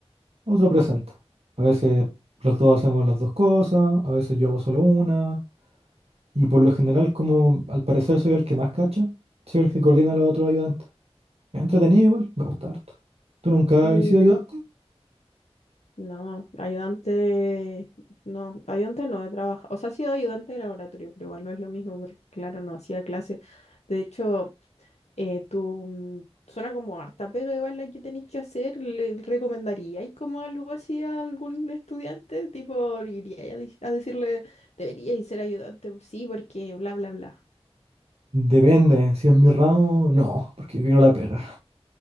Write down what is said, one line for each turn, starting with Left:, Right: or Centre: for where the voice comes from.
Right: otro presenta. A veces los dos hacemos las dos cosas, a veces yo hago solo una, y por lo general, como al parecer soy el que más cacha, soy el que coordina a los otros ayudantes. Me ha entretenido igual, me gusta harto. ¿Tú nunca
Left: y
Right: has sido ayudante?
Left: No, ayudante, no, ayudante no he trabajado, o sea, sí he sido ayudante de laboratorio, pero igual no es lo mismo, porque claro, no hacía clase. De hecho, eh, tú mm, suena como harta, pero igual la que tenéis que hacer, ¿le recomendaríais como algo así a algún estudiante? Tipo, iría a, dec- a decirle, deberíais ser ayudante, sí, porque bla, bla, bla.
Right: Depende, si es mi ramo, no, porque yo quiero la pega.